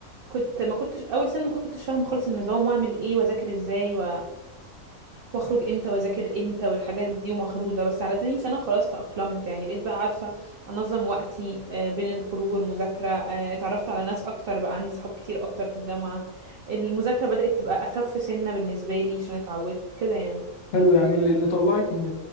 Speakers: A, on the right; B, on the left.
A: كنت ما كنتش أول سنة ما كنتش فاهمة خالص النظام وأعمل إيه وأذاكر إزاي و... واخرج امتى واذاكر امتى والحاجات دي ومخضوضه بس على تاني سنه خلاص تأقلمت يعني بقيت بقى عارفه انظم وقتي آه، بين الخروج والمذاكره آه، اتعرفت على ناس اكتر بقى عندي صحاب كتير اكتر في الجامعه المذاكره بدأت تبقى اخف سنه بالنسبه لي عشان اتعودت كده يعني
B: حلو يعني اللي اللي طلعك من